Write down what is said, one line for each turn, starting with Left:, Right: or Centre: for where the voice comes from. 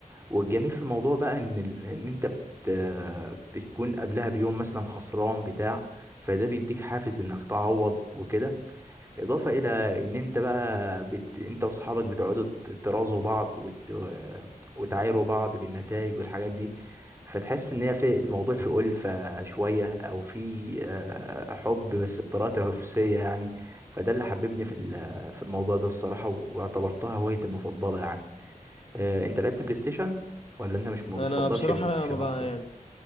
Right: والجميل في الموضوع بقى ان ال- ان انت بت بتكون قبلها بيوم مثلا خسران بتاع فده بيديك حافز انك تعوض وكده اضافه الى ان انت بقى بت... انت واصحابك بتقعدوا ت- ترازوا بعض وت... وتعايروا بعض بالنتائج والحاجات دي فتحس ان هي في الموضوع في ألفة شويه او في آه، حب بس بطريقه تنافسيه يعني فده اللي حببني في ال- في الموضوع ده الصراحه واعتبرتها هوايتي المفضله يعني آه، انت لعبت بلاي ستيشن ولا انت مش ما
Left: انا
Right: بتفضلش
Left: بصراحه
Right: البلاي ستيشن
Left: ما بقى
Right: اصلا
Left: يعني